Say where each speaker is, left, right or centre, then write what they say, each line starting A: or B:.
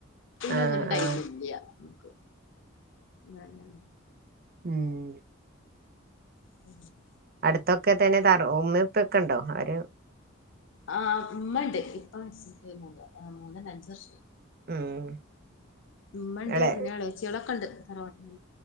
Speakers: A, on the right (about 50°); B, on the left (about 65°).
A: ആഹ്
B: ഒന്നിനും ടൈം
A: ആഹ്
B: ഇല്ല നമ്മുക് ആഹ്
A: ഉം
B: <inaudible>
A: അടുത്തൊക്കെ തന്നെ തറ ഉമ്മിപ്പൊക്കെ ഉണ്ടോ അവര്
B: ആ മ്മ ണ്ട് ഇപ്പ മരിച്ചിട്ട് മൂന്ന് മൂന്നല്ല അഞ്ച് വർഷയി.
A: ഉം
B: മ്മണ്ട്
A: എളെ
B: പിന്നെ ഇളോച്ചികളൊക്കെ ഉണ്ട് തറവാട്ടില്